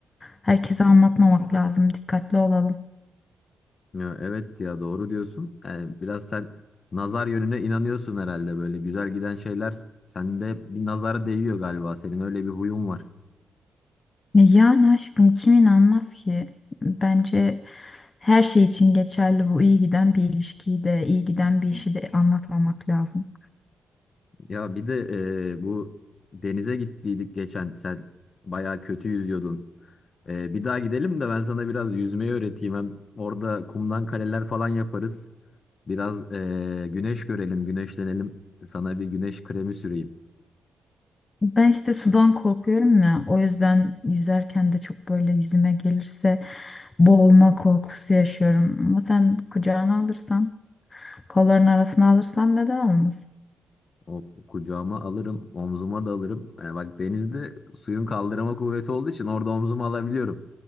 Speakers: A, on the left; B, on the left.
A: Herkese anlatmamak lazım. Dikkatli olalım.
B: Ya evet ya doğru diyorsun. Yani biraz sen nazar yönüne inanıyorsun herhalde böyle güzel giden şeyler sende bir nazara değiyor galiba. Senin öyle bir huyun var.
A: E Yani aşkım kim inanmaz ki? Bence her şey için geçerli bu iyi giden bir ilişkiyi de iyi giden bir işi de anlatmamak lazım.
B: Ya bir de e, bu denize gittiydik geçen sen bayağı kötü yüzüyordun. E, bir daha gidelim de ben sana biraz yüzmeyi öğreteyim. Hem orada kumdan kaleler falan yaparız. Biraz e, güneş görelim, güneşlenelim. Sana bir güneş kremi süreyim.
A: Ben işte sudan korkuyorum ya o yüzden yüzerken de çok böyle yüzüme gelirse boğulma korkusu yaşıyorum. Ama sen kucağına alırsan kolların arasına alırsan neden olmasın?
B: O kucağıma alırım, omzuma da alırım. Yani bak denizde suyun kaldırma kuvveti olduğu için orada omzuma alabiliyorum.